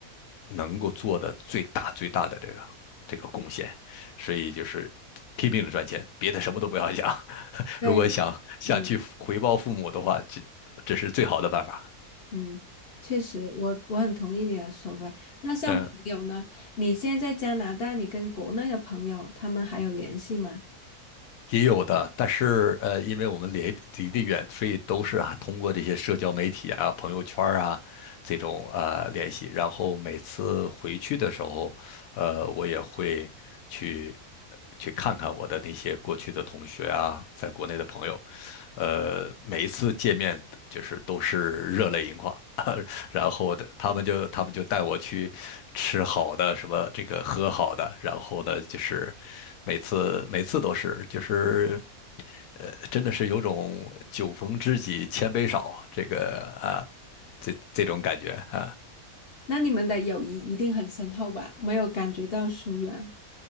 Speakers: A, on the left; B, on the left.
A: 能够做的最大最大的这个这个贡献，所以就是拼命的赚钱，别的什么都不要想。<laughs>
B: 对，
A: 如果想想去回报父母的话，
B: 嗯
A: 这这是最好的办法。
B: 嗯，确实，我我很同意你的说法。那像朋友呢？
A: 嗯。
B: 你现在在加拿大，你跟国内的朋友他们还有联系吗？
A: 也有的，但是呃，因为我们离离得远，所以都是啊通过这些社交媒体啊、朋友圈儿啊这种呃联系。然后每次回去的时候，呃，我也会去去看看我的那些过去的同学啊，在国内的朋友，呃，每一次见面就是都是热泪盈眶。然后的他们就他们就带我去吃好的，什么这个喝好的，然后呢就是每次每次都是就是。呃，真的是有种酒逢知己千杯少，这个啊，这这种感觉啊。
B: 那你们的友谊一定很深厚吧？没有感觉到疏远。